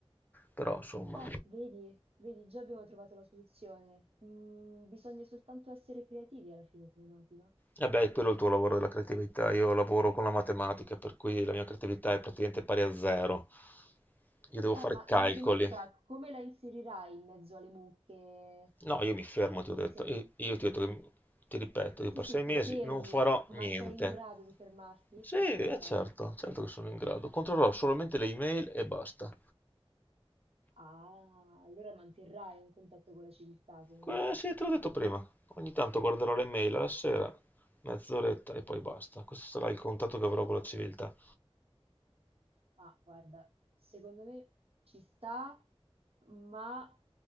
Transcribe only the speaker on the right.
Eh, vedi, vedi, già abbiamo trovato la soluzione. Mm, bisogna soltanto essere creativi alla fine, come noti, no?
Eh,
ma
la matematica come la inserirai in mezzo alle mucche
per
questi
sei mesi?
Sì, sì,
ti fermi,
ma
sei in grado di fermarti?
Questo
intendo.
Ah, allora manterrai un contatto con la civiltà comunque.
Ma guarda, secondo me ci sta, ma